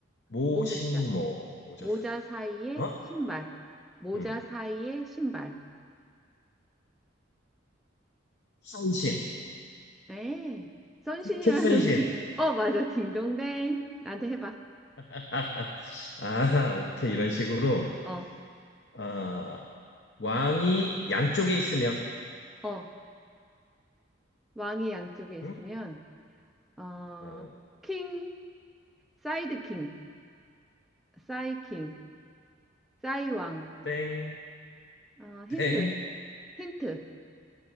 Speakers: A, on the left; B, in the centre.
A: 모신모,
B: 모자.
A: 모자
B: 모자
A: 사이.
B: 사이에
A: 어?
B: 신발. 모자
A: 음,
B: 사이에 신발.
A: 캡사이신.
B: 에, 선신이라는
A: 캡사이신.
B: 무슨, 어, 맞아. 딩동댕. 나한테 해봐.
A: <laughs> 아, 오케이. 이런 식으로.
B: 어,
A: 아, 왕이 양쪽에 있으면,
B: 어. 왕이 양쪽에 있으면,
A: 응?
B: 어,
A: 어,
B: 킹, 사이드 킹, 사이 킹, 사이 왕.
A: 땡,
B: 어, 힌트,
A: 땡,
B: 힌트.